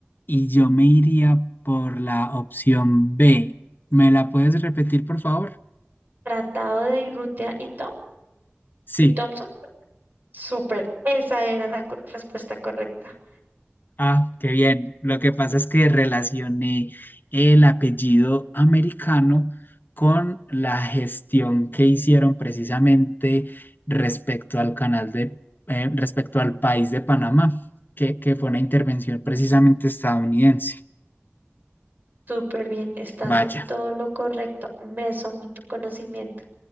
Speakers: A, on the left; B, on the right.
A: y yo me iría por la opción B. ¿Me la puedes repetir por favor?
B: ¿Tratado de Irrutia y Tom
A: Sí.
B: y Thompson? Súper, esa era la co- respuesta correcta.
A: Ah, qué bien. Lo que pasa es que relacioné el apellido americano con la gestión que hicieron precisamente respecto al canal de, eh, respecto al país de Panamá, que, que fue una intervención precisamente estadounidense.
B: Súper bien, estás
A: Vaya,
B: en todo lo correcto. Me someto a conocimiento.